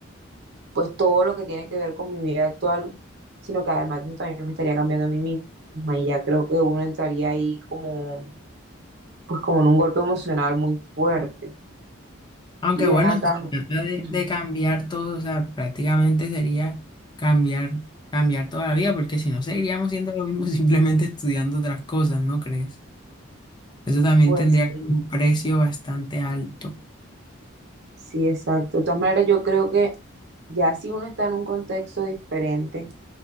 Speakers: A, on the right; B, on the left.
A: pues todo lo que tiene que ver con mi vida actual, sino que además de eso también me estaría cambiando a mí misma y ya creo que uno entraría ahí como, pues como en un golpe emocional muy fuerte.
B: Aunque
A: Y
B: bueno,
A: ven acá,
B: si se trata de,
A: ujú,
B: de cambiar todo, o sea, prácticamente sería cambiar, cambiar toda la vida, porque si no seguiríamos siendo lo mismo <laughs> simplemente estudiando otras cosas, ¿no crees? Eso también
A: pues
B: tendría
A: sí,
B: como un precio bastante alto.
A: sí, exacto. De todas maneras, yo creo que ya si uno está en un contexto diferente,